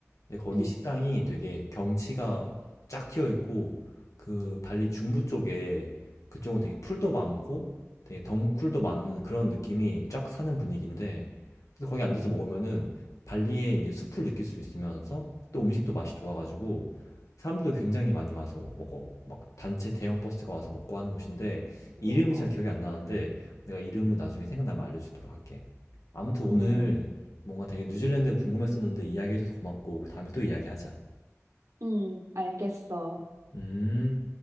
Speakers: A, on the left; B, on the right.
A: 근데 거기
B: 음,
A: 식당이 되게 경치가 쫙 튀어 있고 그 발리 중부 쪽에 그쪽은 되게 풀도 많고 되게 덩쿨도 많은 그런 느낌이 쫙 사는 분위기인데 그래서 거기 앉아서 먹으면은 발리의 이제 숲을 느낄 수 있으면서 또 음식도 맛이 좋아가지고 사람들도 굉장히 많이 와서 먹어 막 단체 대형 버스가 와서 먹고 하는 곳인데
B: 우와.
A: 이름이 잘 기억이 안 나는데 내가 이름은 나중에 생각나면 알려주도록 할게 아무튼 오늘
B: 음,
A: 뭔가 되게 뉴질랜드 궁금했었는데 이야기해줘서 고맙고 다음에 또 이야기하자.
B: 음, 알겠어.
A: 음.